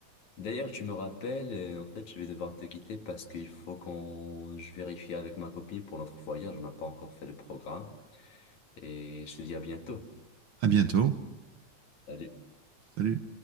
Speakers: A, on the left; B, on the right.
A: D'ailleurs, tu me rappelles, euh, en fait, je vais devoir te quitter parce qu'il faut qu'on, je vérifie avec ma copine pour notre voyage. On n'a pas encore fait le programme et je te dis à bientôt.
B: à bientôt.
A: Salut.
B: Salut.